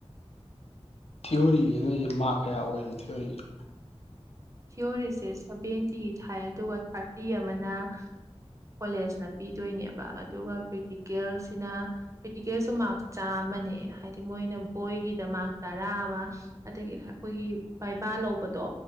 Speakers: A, on the left (about 70°); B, on the right (about 30°).
A: ꯊꯤꯑꯣꯔꯤꯁꯤ ꯅꯣꯏꯁꯦ ꯃꯥꯔꯛ ꯀꯌꯥ ꯑꯣꯏꯔꯤꯅꯣ ꯊꯤꯑꯣꯔꯤꯁꯦ
B: ꯊꯤꯑꯣꯔꯤꯁꯦ ꯁꯚꯦꯟꯇꯤꯒꯤ ꯊꯥꯏ ꯑꯗꯨꯒ ꯊꯥꯔꯇꯤ ꯑꯃꯅ ꯀꯣꯂꯦꯖꯅ ꯄꯤꯗꯣꯏꯅꯦꯕ ꯑꯗꯨꯒ ꯄ꯭ꯔꯦꯛꯇꯤꯀꯦꯜꯁꯤꯅ ꯄ꯭ꯔꯦꯛꯇꯤꯀꯦꯜꯁꯨ ꯃꯥꯛ ꯆꯥꯝꯃꯅꯦ ꯍꯥꯏꯗꯤ ꯃꯣꯏꯅ ꯕꯣꯏꯒꯤꯗ ꯃꯥꯔꯛ ꯇꯔꯥ ꯑꯃ ꯑꯗꯒꯤ ꯑꯩꯈꯣꯏꯒꯤ ꯕꯩꯕꯥ ꯂꯧꯕꯗꯣ